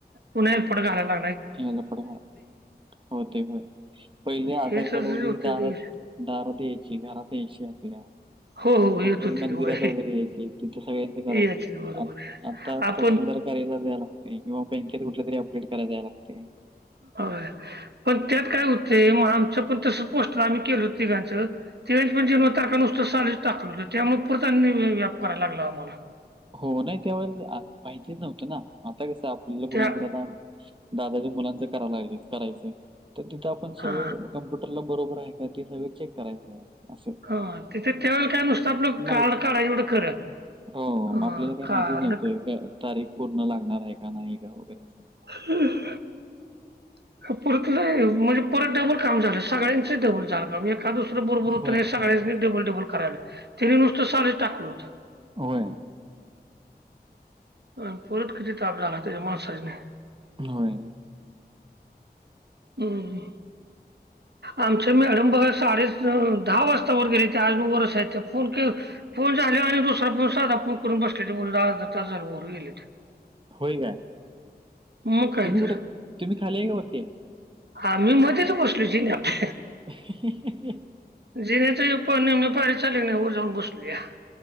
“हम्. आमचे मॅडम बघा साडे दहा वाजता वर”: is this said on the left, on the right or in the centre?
Right